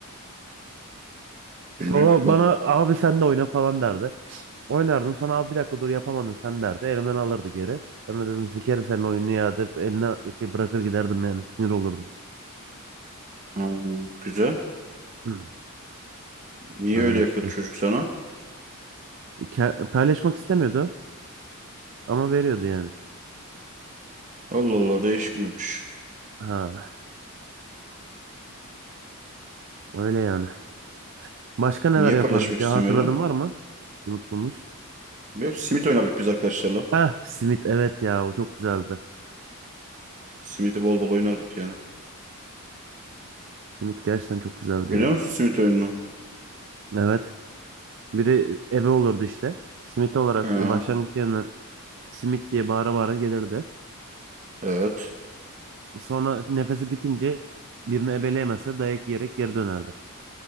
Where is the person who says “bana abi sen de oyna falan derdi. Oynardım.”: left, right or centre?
Right